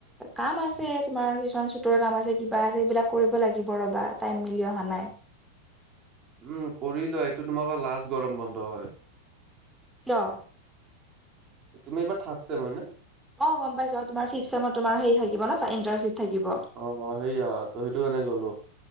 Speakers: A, in the centre; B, on the right.
A: কাম আছে তোমাৰ কিছুমান চুটৰ কাম আছে কিবা আছে এইবিলাক কৰিব লাগিব ৰ'বা। টাইম মিলি অহা নাই।
B: উম কৰিলোৱা এইটো তোমালোকৰ লাষ্ট গৰম বন্ধ হয়।
A: কিয়?
B: তুমি এইবাৰ থাৰ্দ ছেম হয় ন?
A: অ' গম পাইছোঁ তোমাৰ ফিফ চছেমত তোমাৰ সেই থাকিব ইন্টাশ্বিপ থাকিব।
B: অ' সেইয়া সেইটো কাৰণে ক'লো,